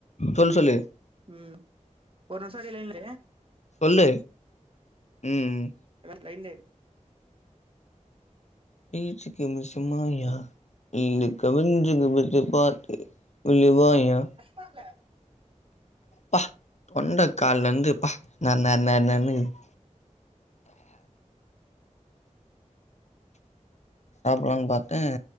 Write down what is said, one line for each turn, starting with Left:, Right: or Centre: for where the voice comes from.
Left: சொல்லு சொல்லு
Right: ம் ஒரு நிமிஷோ அப்டியே லைன்ல
Left: சொல்லு ம்
Right: லைன்லே ர்
Left: ஈஸ்ச்சுக்கு முசு மாயா ந்த கவிஞ்சது மிர்து பார்த்து விழுவாயா
Right: பாக்லே
Left: பா தொண்டைக்கால்ல இருந்து ப்பா நந நநன்னு இக் சாப்பலானு பாத்தேன்